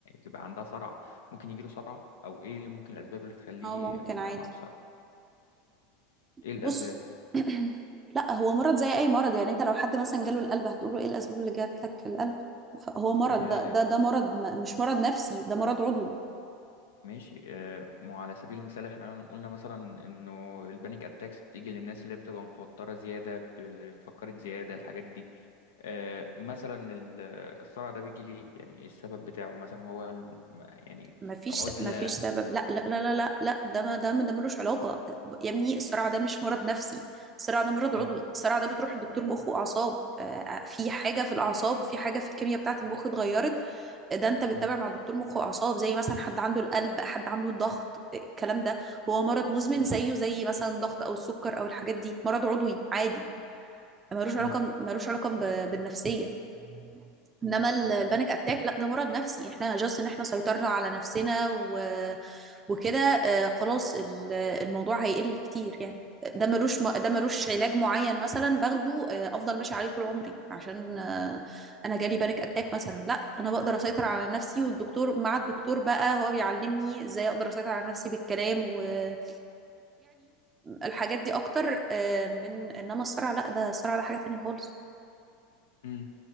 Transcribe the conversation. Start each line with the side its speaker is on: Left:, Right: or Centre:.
Left: يبقى عندها صرع ممكن يجيله صرع أو إيه ممكن الأسباب اللي تخليه
Right: اه ممكن
Left: إن هو
Right: عادي
Left: يبقى عنده صرع إيه الأسباب
Right: بص <clears throat> لا هو مرض زي اي مرض يعني انت لو حد مثلا جاله القلب هتقول له ايه الاسباب اللي جات لك القلب فهو مرض
Left: يعني
Right: ده
Left: لا
Right: ده ده مرض م- مش مرض نفسي ده مرض عضوي
Left: ماشي آه، ما هو على سبيل المثال إحنا قلنا مثلا إنه البانيك أتاكس بتيجي للناس اللي بتبقى متوترة زيادة بتفكرت زيادة الحاجات دي آه، مثلا ال- الصرع ده بيجي ليه يعني إيه السبب بتاعه مثلا هو الم- يعني
Right: مفيش
Left: عزلة
Right: مفيش سبب لا لا لا لا لا لا ده ما ده ما ده ملوش علاقة يا ابني الصرع ده مش مرض نفسي الصرع ده مرض
Left: م-
Right: عضوي الصرع ده بتروح لدكتور مخ وأعصاب آه، في حاجة في الأعصاب وفي حاجة في الكيمياء بتاعة المخ اتغيرت آه، ده أنت بتتابع
Left: م-
Right: مع دكتور مخ وأعصاب زي مثلا حد عنده القلب حد عنده الضغط آه، الكلام ده هو مرض مزمن
Left: م-
Right: زيه زي مثلا الضغط أو السكر أو الحاجات دي مرض عضوي عادي ملوش علاقة
Left: م-
Right: ملوش علاقة ب- بالنفسية انما ال- البانيك اتاك لا ده مرض نفسي احنا جاست ان احنا سيطرنا على نفسنا و... وكده آه، خلاص ال- الموضوع هيقل كتير يعني ده ملوش م- ده ملوش علاج معين مثلا باخده آه، افضل ماشي عليه طول عمري عشان آه، انا جالي بانيك اتاك مثلا لا انا بقدر اسيطر على نفسي والدكتور مع الدكتور بقى هو بيعلمني ازاي اقدر اسيطر على نفسي بالكلام ويعني الحاجات دي اكتر آه، من انما الصرع لا ده الصرع ده حاجة تانية خالص
Left: م.